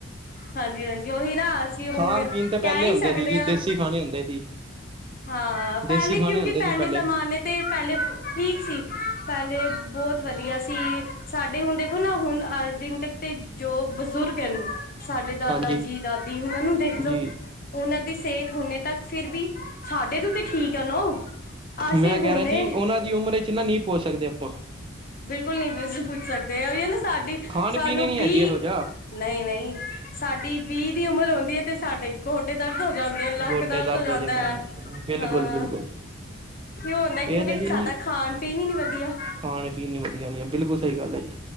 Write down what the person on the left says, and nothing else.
ਹਾਂਜੀ-ਹਾਂਜੀ ਉਹੀ ਨਾ ਅਸੀਂ ਹੁਣ
ਕਹਿ
ਹੀ
ਸਕਦੇ
ਹਾਂ।
ਹਾਂ,
ਪੈਲੇ
ਕਿਓਂਕਿ
ਪੈਲੇ
ਜ਼ਮਾਨੇ ਤੇ ਪੈਲੇ ਠੀਕ ਸੀ, ਪੈਲੇ ਬੋਤ ਵਦੀਆ ਸੀ ਸਾਡੇ ਹੁਨ ਦੇਖੋ ਨਾ ਹੁਨ ਅ ਦਿਨ ਤੱਕ ਤੇ, ਜੋ ਬਜ਼ੁਰਗ ਐ ਨਾ ਸਾਡੇ ਦਾਦਾ
ਜੀ ਦਾਦੀ ਉਨਾਂ ਨੂੰ ਦੇਖ ਲੋ,
ਓਨਾਂ ਦੀ ਸੇਤ ਹੁਨੇ ਤੱਕ ਫਿਰ ਵੀ ਸਾਡੇ ਤੋਂ ਤੇ ਠੀਕ ਐ ਨੋਂ, ਅਸੀਂ
ਹੁਨੇ
ਬਿਲਕੁਲ ਨਈਂ ਤੁਸੀਂ ਪੁੱਜ ਸਕਦੇ ਆ ਓਈਓ ਨਾ ਸਾਡੀ
ਸਾਨੂੰ
ਵੀਅ
ਨਈਂ-ਨਈਂ, ਸਾਡੀ ਵੀਅ ਦੀ ਉਮਰ ਹੁੰਦੀ ਏ ਤੇ ਸਾਡੇ ਗੋਡੇ ਦਰਦ ਹੋ ਜਾਂਦੇ, ਲੱਕ
ਦਰਦ ਹੋ ਜਾਂਦੈ,
ਹਾਂ
ਕਿਉਂ ਹੁੰਂਦਾ ਕਿਉਂਕਿ
ਸਾਡਾ ਖਾਣ ਪੀਣ ਈ ਨੀ ਵਧੀਆ।